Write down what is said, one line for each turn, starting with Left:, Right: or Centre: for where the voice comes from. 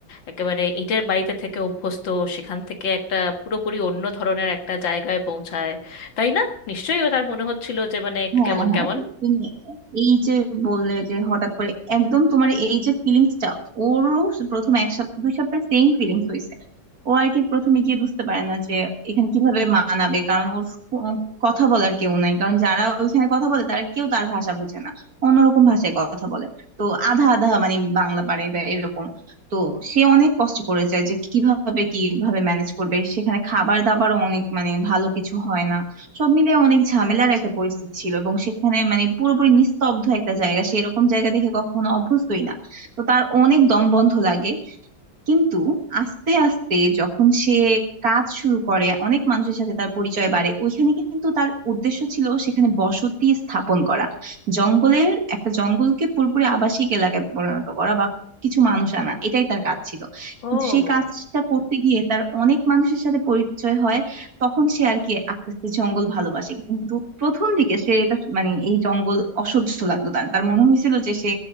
Left: একেবারে ইটের বাড়িতে থেকে অভ্যস্ত সেখান থেকে একটা পুরোপুরি অন্য ধরনের একটা জায়গায় পৌঁছায় তাই না নিশ্চয়ই ও তার মনে হচ্ছিল যে মানে একটু
Right: হ্যাঁ
Left: কেমন
Right: হ্যাঁ
Left: কেমন
Right: তুমি এই যে বললে যে হঠাৎ করে একদম তোমার এই যে ফিলিংসটা ওরও প্রথম এক সপ্তাহ দুই সপ্তাহ সেম ফিলিংস হয়েছে ও আর কি প্রথমে গিয়ে বুঝতে পারে না যে এখানে কিভাবে মানাবে কারণ ওর কো- কথা বলার কেউ নাই কারণ যারা ওইখানে কথা বলে তারা কেউ তার ভাষা বুঝে না অন্যরকম ভাষায় কথা বলে তো আধা আধা মানে বাংলা পারে বা এরকম তো সে অনেক কষ্ট করে যায় যে কিভাবে কিভাবে ম্যানেজ করবে সেখানে খাবার দাবারও অনেক মানে ভালো কিছু হয় না সব মিলে অনেক ঝামেলার একটা পরিস্থিতি ছিল এবং সেখানে মানে পুরোপুরি নিস্তব্ধ একটা জায়গা সে এরকম জায়গা দেখে কখনো অভ্যস্তই না তো তার অনেক দম বন্ধ লাগে কিন্তু আস্তে আস্তে যখন সে কাজ শুরু করে অনেক মানুষের সাথে তার পরিচয় বাড়ে ওইখানে কিন্তু তার উদ্দেশ্য ছিল সেখানে বসতি স্থাপন করা জঙ্গলের একটা জঙ্গলকে পুরোপুরি আবাসিক এলাকায় পরিণত করা বা কিছু মানুষ আনা এটাই তার কাজ ছিল
Left: ও
Right: কিন্তু সেই কাজটা করতে গিয়ে তার অনেক মানুষের সাথে পরিচয় হয় তখন সে আর কি আস্তে আস্তে জঙ্গল ভালোবাসে কিন্তু প্রথম দিকে সে এটা মানে এই জঙ্গল অসহ্য লাগতো তার তার মনে হয়েছিল যে সে